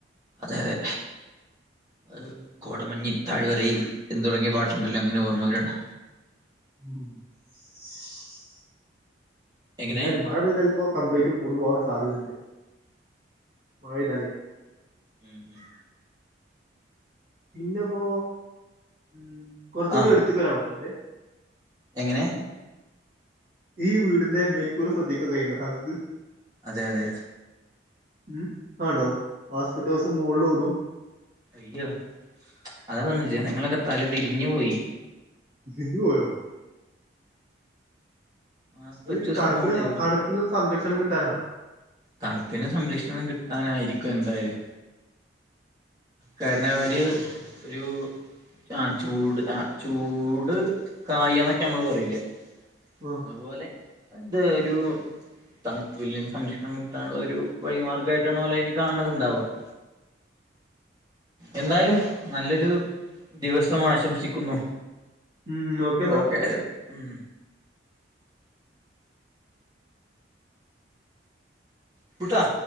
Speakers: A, on the right (about 20°); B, on the right (about 50°).
A: അതെ അതെ അ
B: ഉം,
A: കോടമഞ്ഞിൻ. താഴ് വരയിൽ എന്ന്തുടങ്ങിയ പാട്ടുണ്ടല്ലോ അങ്ങനെ ഓർമ്മവര്ആണ്.
B: <inaudible>
A: എങ്ങനെ
B: എന്തായാലും മഴ പെയ്താൽ ഇപ്പോ കംപ്ലീറ്റും മൂട് പോവാൻ സാധ്യതുണ്ട് മഴ പെയ്താലേ.
A: ഉം, ഉം
B: പിന്നെപ്പോ ഉം കൊറച്ചൂടി
A: ആ
B: അടുത്തേക്ക് വരാൻ പറ്റില്ലേ.
A: എങ്ങനെ.
B: ഈ വീടിന്റെ മേൽക്കൂര ശ്രദ്ധിക്കാൻ കഴിയുണ്ടോ താങ്കൾക്ക്.
A: അതെ, അതെ.
B: ഉം ആണ്ടോ ആസ്പെറ്റോസ് മുകളിലോടും.
A: അയ്യോ അതാ പറഞ്ഞെ ജനങ്ങളൊക്കെ തല തിരിഞ്ഞു പോയി.
B: തിരിഞ്ഞു പോയോ.
A: ആസ്പെറ്റോസ്
B: അതോ ഈ തണുപ്പി
A: മോളിലോ
B: തണുപ്പിൽ നിന്ന് സംരക്ഷണം കിട്ടാനാണോ?
A: തണുപ്പിന് സംരക്ഷണം കിട്ടാനായിരിക്കും എന്തായാലും. കാരണം അവര് ഒരു. ആ ചൂട് ആ ചൂട് കായ എന്നൊക്കെ നമ്മള് പറയില്ലെ.
B: ആഹ്.
A: അതുപോലെ എന്ത് ഒരു തണുപ്പില്ന്ന് സംരക്ഷണം കിട്ടാനുള്ള ഒരു വഴിമാർഗായിട്ടാണ് ഓല് അതിനെ കാണണതുണ്ടാവുക. <inaudible> എന്താലും നല്ലൊരു ദിവസം ആശംസിക്കുന്നു.
B: ഉം ഓക്കെന്നാ.
A: ഓക്കെ ഉം കുട്ടാ.